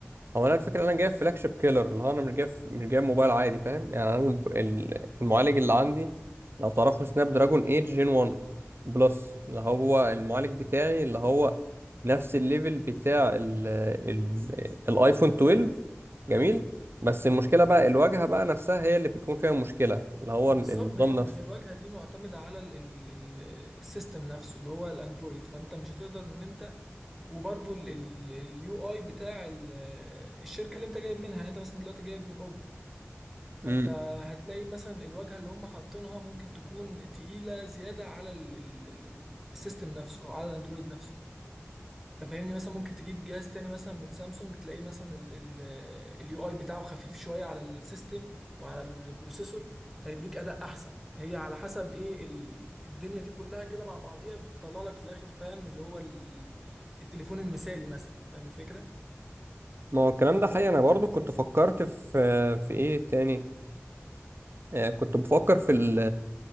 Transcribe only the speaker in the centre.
بالظبط
ما هي ما
هي الواجهه دي معتمده على ال- ال- ال- السيستم نفسه اللي هو الاندرويد فانت مش هتقدر ان انت وبرده اليو اي بتاع ال- الشركه اللي انت جايب منها يعني انت مثلا دلوقتي جايب من اوب فانت
هتلاقي مثلا الواجهه اللي هم حاطينها ممكن تكون تقيله زياده على ال- ال- ال- السيستم نفسه او على الاندرويد نفسه انت فاهمني مثلا ممكن تجيب جهاز تاني مثلا من سامسونج تلاقيه مثلا ال- ال- اليو اي بتاعه خفيف شويه على السيستم وعلى البروسيسور فيديك اداء احسن فهي على حسب ايه ال- الدنيا دي كلها كده مع بعضيها بتطلع لك في الاخر فاهم اللي هو ال- التليفون المثالي مثلا فاهم الفكره